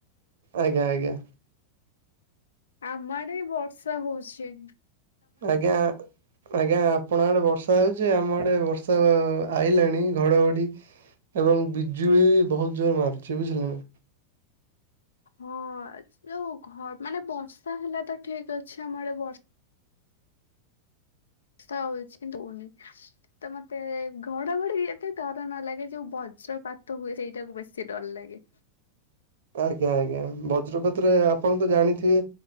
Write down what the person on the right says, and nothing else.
ଆଜ୍ଞା ଆଜ୍ଞା।
ଆଜ୍ଞା ଆଜ୍ଞା ଆପଣଙ୍କ ଆଡେ ବର୍ଷା ହୋଉଚି। ଆମ ଆଡେ ବର୍ଷା ଆ ଆଇଲାଣି ଘଡଘଡି ଏବଂ ବିଜୁଳି ବହୁତ୍ ଜୋରରେ ମାରୁଚି। ବୁଝିଲେ ନା?
ଆଜ୍ଞା ଆଜ୍ଞା ବଜ୍ରପ୍ରାତ ତରେ ଆପଣ ତ ଜାଣିଥିବେ